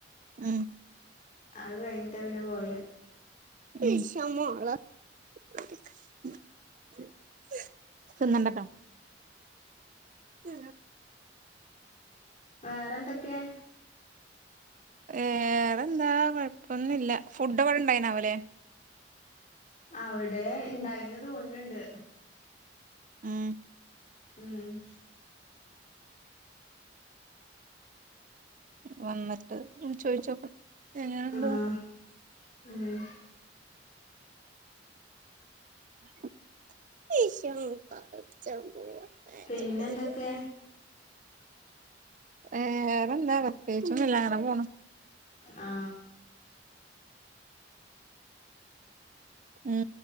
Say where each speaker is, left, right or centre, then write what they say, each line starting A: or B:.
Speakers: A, on the right; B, on the left.
A: മ്
B: അത് കഴിഞ്ഞിട്ട് പിന്നെ പോയ
A: വിഷമ <unintelligible> തിന്നണ്ടാട്ടോ മ്
B: വേറെന്തൊക്കെ
A: വേറെന്താ കൊഴപ്പൊന്നുല്ല ഫുഡ് അവിടെ ഇണ്ടായിനാവലെ
B: അവിടെ ഉണ്ടായിന്ന തോന്നണ്ട്
A: മ്
B: ഉം
A: വന്നിട്ട് ചോദിച്ചോക്കണം എങ്ങനെണ്ട്
B: ആഹ് ഉം
A: <unintelligible>
B: പിന്നെന്തൊക്കെ
A: വേറെന്താ പ്രത്യേകിച്ചൊന്നൂല്ല അങ്ങനെ പോണു
B: ആ
A: മ്